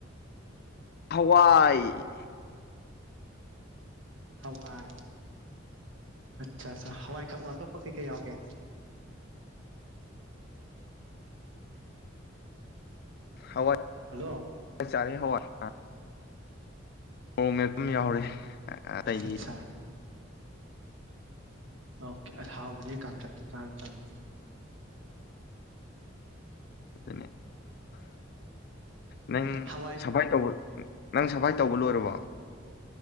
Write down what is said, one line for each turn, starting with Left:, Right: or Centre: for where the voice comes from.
Left: ꯍꯋꯥꯏ
Right: ꯍꯋꯥꯏ ꯑꯠꯆꯥ ꯑ ꯍꯋꯥꯏ ꯈꯥꯛꯂꯣ ꯑꯇꯣꯞꯄ ꯀꯩꯀꯩ ꯌꯥꯎꯒꯦ
Left: ꯍꯋꯥꯏ
Right: ꯍꯜꯂꯣ
Left: ꯆꯥꯔꯦ ꯍꯋꯥꯏ ꯃꯣꯔꯣꯛ ꯃꯦꯠꯄ ꯑꯃꯥ ꯌꯥꯎꯔꯦ ꯑꯇꯩꯗꯤ
Right: ꯑꯠꯆꯥ ꯑꯣꯀꯦ ꯑ ꯍꯥꯎꯕꯅꯦꯍꯦ ꯀꯥꯡꯇꯛꯀꯥ ꯆꯥꯕ
Left: ꯑꯗꯨꯅꯤ ꯅꯪ
Right: ꯍꯋꯥꯏ
Left: ꯁꯐꯥꯏ ꯇꯧꯕ ꯅꯪ ꯁꯐꯥꯏ ꯇꯧꯕ ꯂꯣꯏꯔꯕꯣ